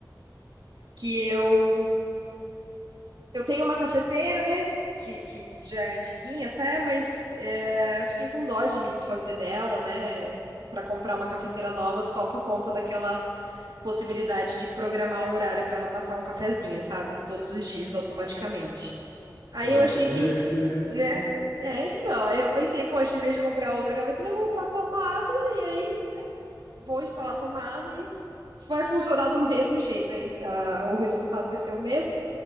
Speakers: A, on the right (about 75°); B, on the left (about 80°).
A: que eu eu tenho uma cafeteira, né? Que, que já é antiguinha até, mas é, fiquei com dó de me desfazer dela, né? Pra comprar uma cafeteira nova só por conta daquela possibilidade de programar um horário pra ela passar um cafezinho, sabe? Todos os dias, automaticamente. Aí
B: Foi
A: eu
B: inteligente,
A: achei que,
B: sim.
A: né? É, então, aí eu pensei, poxa, em vez de comprar outra gaveteira, eu vou comprar a tomada e aí vou instalar a tomada e vai funcionar do <laughs> mesmo jeito, hein? Ah, o resultado vai ser o mesmo.